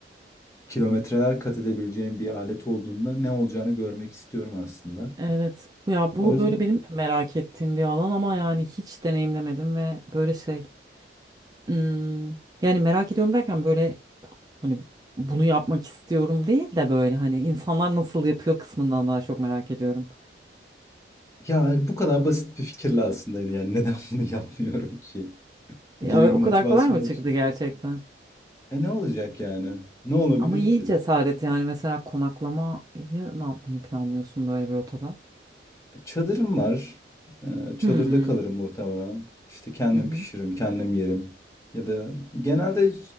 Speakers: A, on the left; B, on the right.
A: kilometreler kat edebileceğim bir alet olduğunda ne olacağını görmek istiyorum aslında.
B: Evet. Bu- Ya bu
A: O yüzden
B: böyle benim de merak ettiğim bir alan ama yani hiç deneyimlemedim ve böyle şey. hmm, yani merak ediyorum derken böyle hani bunu yapmak istiyorum değil de böyle hani insanlar nasıl yapıyor kısmından daha çok merak ediyorum.
A: ya bu kadar basit bir fikirle aslında yani yani neden <laughs> bunu yapmıyorum ki
B: Ya,
A: diye bir
B: o
A: motivasyonla
B: kadar kolay mı çıktı
A: çıkıyor.
B: gerçekten?
A: E ne olacak yani? Ne olabilir
B: Ama iyi
A: ki?
B: cesaret yani mesela konaklamayı ne yapmayı planlıyorsun böyle bir rotada?
A: Çadırım var. Ee, Çadırda
B: Hmm.
A: kalırım muhtemelen. İşte kendim
B: Hı
A: pişiririm, kendim yerim. Ya da genelde